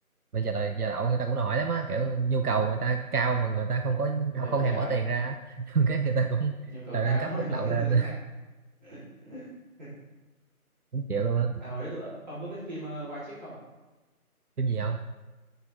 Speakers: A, on the right (about 80°); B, on the right (about 30°).
A: bây giờ đời giờ đậu người ta cũng hỏi lắm á kiểu nhu cầu người ta cao mà người ta không có
B: ghê
A: không,
B: vậy
A: không
B: trời
A: hề bỏ tiền ra <laughs> cái người ta cũng
B: nhu cầu
A: đòi
B: cao
A: nâng cấp
B: không đem
A: mức lậu
B: vào tiết
A: lên <laughs>
B: ra <laughs>
A: cũng chịu luôn á
B: à hồi đấy tôi ông có biết phim uh, White Chick không
A: phim gì không